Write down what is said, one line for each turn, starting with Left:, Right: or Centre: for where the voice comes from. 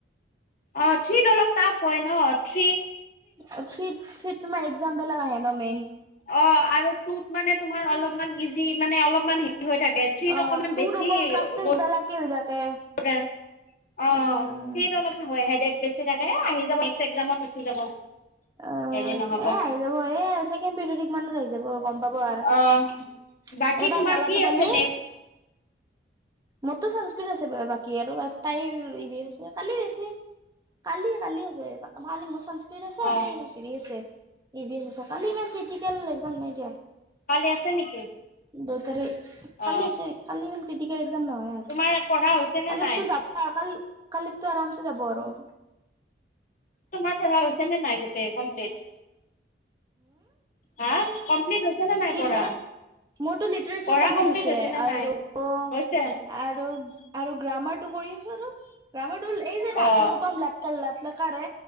Left: অ থ্ৰিত অলপ টাফ হয় ন থ্ৰি
Right: থ্ৰীত থ্ৰীত তোমাৰ এক্সাম বেলেগ আহে ন মেইন
Left: অ', আৰু টুত মানে তোমাৰ অলপ অমান ইজি মানে অলপমান হেৰি হৈ থাকে থ্ৰীত
Right: অ
Left: অকণমান
Right: তোৰ
Left: বেছি
Right: অকল ক্লাছ
Left: ল
Right: <unintelligible>
Left: <unintelligible> হৈ
Right: উম
Left: আ হেদেক বেছি থাকে এ আহি যাব, এক <unintelligible> <unintelligible> যাব।
Right: অঁ,
Left: হেৰি নহ'ব।
Right: এ আহি যাব এ ছেকেণ্ড পিৰিয়ড মানত আহি যাব গম পাব আৰ। এইবাৰ
Left: অ বাকী তোমাৰ
Right: জালাতো
Left: কি আছে
Right: পালি
Left: নেক্সট
Right: মইতো সংস্কৃত আছে ব বাকী কি আৰু তাইৰ <unintelligible> কালি কালি- কালি আছে, কালি মোৰ সংস্কৃত আছে
Left: অ
Right: আৰু এই হেৰি আছে। <unintelligible> কালি ইমান ক্ৰিটিকেল এক্সাম নাই দিয়া।
Left: কালি আছে নেকি।
Right: দ'তাৰে
Left: অ
Right: কালি আছে, কালি ইমান কৃতি এক্সাম নহয় আৰু,
Left: তোমাৰ পঢ়া হৈছে নে
Right: কালিতো
Left: নাই
Right: যাবা কাল কালিতো আৰামছে যাব আৰু।
Left: তোমাৰ পঢ়া হৈছে নে নাই কমপ্লীট, হা কমপ্লিট হৈছে
Right: <unintelligible>
Left: নে নাই পঢ়া
Right: মোৰটো লিটেৰেছাৰ
Left: পঢ়া
Right: কমপ্লিট হৈছে
Left: নে
Right: আৰু-
Left: নাই হৈছে
Right: আৰু গ্ৰামাৰ টো কৰি আৰু, গ্ৰামাৰ টো হ'ল এই যে ধাতুৰো
Left: অ
Right: পাম লাট কাল ল লকাৰে